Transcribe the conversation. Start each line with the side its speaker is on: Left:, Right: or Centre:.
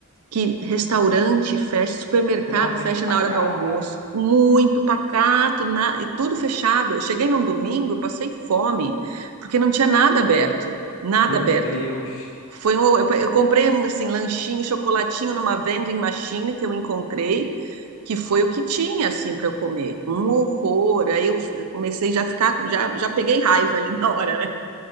Right: que restaurante fecha, supermercado
Left: extremamente
Right: fecha
Left: pacata.
Right: na hora do almoço, muito pacato, na- e tudo fechado. Eu cheguei num domingo, passei fome, porque não tinha nada aberto, nada
Left: Meu
Right: aberto.
Left: Deus.
Right: Foi um, eu, eu comprei assim lanchinho, chocolatinho numa vending machine que eu encontrei, que foi o que tinha assim para eu comer. Um horror. Aí eu eu comecei já a ficar, já, já peguei raiva ali na hora, né?